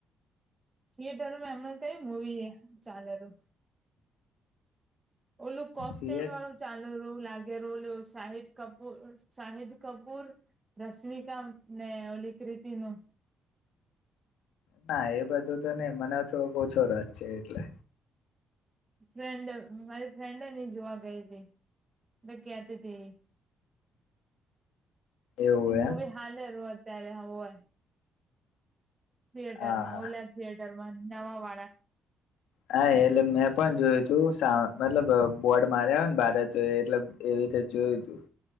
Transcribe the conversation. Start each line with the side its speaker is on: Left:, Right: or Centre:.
Right: થિયેટરોમાં એમાં કંઈ મૂવી ચાલેલું. ઓલું કોકટેલ
Left: થિયેટ
Right: વાળું ચાલી રયુ લાગે. રોલ્યો શાહિદ કપૂર, શાહિદ કપૂર રશ્મિકાને ઓલિ ક્રિતીનું.
Left: ના એ બધું તો નઈ મને થોડોક ઓછો રસ છે એટલે.
Right: ફ્રેન્ડ મારી ફ્રેન્ડ હેન ઈ જોવા ગઈ તી. તે કેતી તી.
Left: એવું
Right: એ મુવી
Left: એમ
Right: હાલેરું અત્યારે હોવે. થિયેટરમાં
Left: હા હા
Right: ઓલા થિયેટરમાં નવા વાળા.
Left: હા, એટલે મેં પણ જોયું તું સા મતલબ બોર્ડ માર્યા હોય ન બાર તે એટલે એટલે જોયું તું.